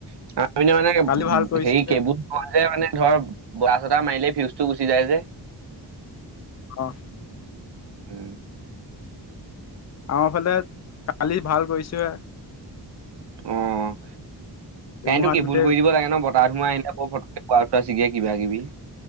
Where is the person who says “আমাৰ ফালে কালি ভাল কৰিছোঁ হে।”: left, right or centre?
Left